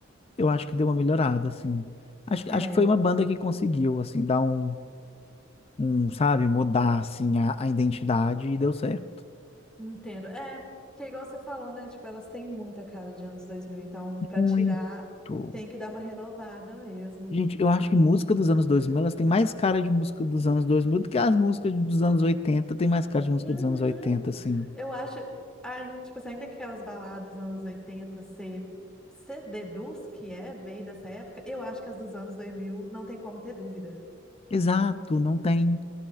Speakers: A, on the left (about 30°); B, in the centre.
A: eu acho que deu uma melhorada, assim. Acho,
B: É.
A: acho que foi uma banda que conseguiu, assim, dar um, um, sabe, mudar, assim, a, a identidade e deu certo.
B: Entendo. É, que é igual você falou, né? Tipo, elas têm muita cara de anos 2000, então pra
A: Muito.
B: tirar tem que dar uma renovada mesmo.
A: Gente, eu acho que música dos anos
B: Verdade.
A: 2000 elas têm mais cara de música dos anos 2000 do que as músicas dos anos oitenta tem mais cara de música
B: Uhum.
A: dos anos oitenta assim.
B: Eu acho, ai, tipo, assim, ainda que aquelas baladas anos 80 você você deduz que é bem dessa época, eu acho que as dos anos 2000 não tem como ter dúvida.
A: Exato, não tem.